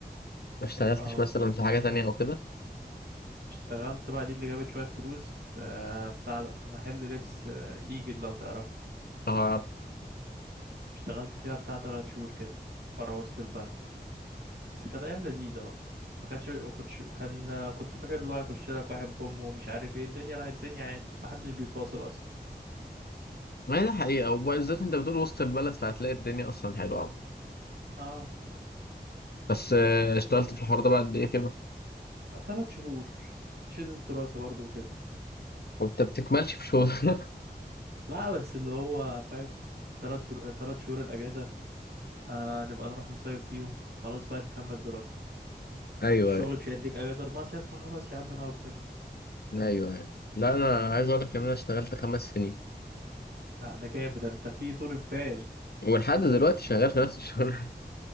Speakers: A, on the left; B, on the right.
A: ما اشتغلتش
B: اه والله
A: مثلا في حاجة تانية أو كده؟
B: اشتغلت بقى دي اللي جابت شوية فلوس في بتاع ده- في محل لبس آه، ايجد لو تعرفه
A: اه
B: اشتغلت فيها بتاع تلات شهور كده فرع وسط البلد بس كانت ايام لذيذه بقى ما كانتش ما كنتش كان كنت فاكر اللي هو هيخش لك واحد بوم ومش عارف ايه الدنيا لا الدنيا عادي ما حدش بيفاصل اصلا
A: ما هي دي حقيقة وبالذات أنت بتقول وسط البلد فهتلاقي الدنيا أصلا حلوة عم.
B: اه
A: بس آه، اشتغلت في الحوار ده بعد إيه كده؟
B: ثلاث شهور عشان الدراسه برضو وكده
A: وأنت بتكملش في شغل <laughs>
B: لا بس اللي هو فاهم ثلاث در... ثلاث شهور الاجازه آه نبقى نروح نصيف بيهم خلاص بقى نكمل دراسه
A: أيوه
B: الشغل
A: أيوه
B: مش هيديك اجازه المصيف فخلاص يا عم نقعد بين
A: أيوه أيوه لا أنا عايز أقول لك إن أنا اشتغلت خمس سنين
B: لا ده جامد ده انت في طول بال
A: ولحد دلوقتي شغال في نفس الشغل <laughs>